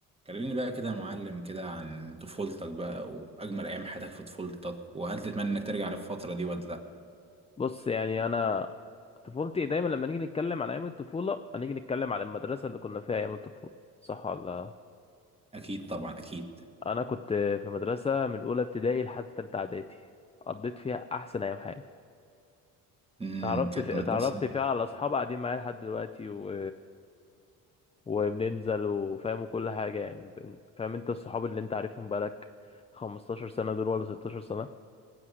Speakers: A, on the right; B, on the left.
A: كلميني بقى كده يا معلم كده عن طفولتك بقى وأجمل أيام حياتك في طفولتك وهل تتمنى إنك ترجع للفترة دي ولا لأ؟
B: بص يعني انا طفولتي دايما لما نيجي نتكلم عن ايام الطفوله هنيجي نتكلم عن المدرسه اللي كنا فيها ايام الطفوله صح ولا لا؟
A: أكيد طبعا أكيد.
B: انا كنت في مدرسه من اولى ابتدائي لحد تالتة اعدادي قضيت فيها احسن ايام حياتي
A: امم
B: اتعرفت
A: كانت
B: في...
A: مدرسة
B: اتعرفت فيها على اصحاب قاعدين معايا لحد دلوقتي و... وبننزل وفاهم كل حاجه يعني بن- فاهم انت الصحاب اللي انت عارفهم بقالك 15 سنه دول ولا 16 سنه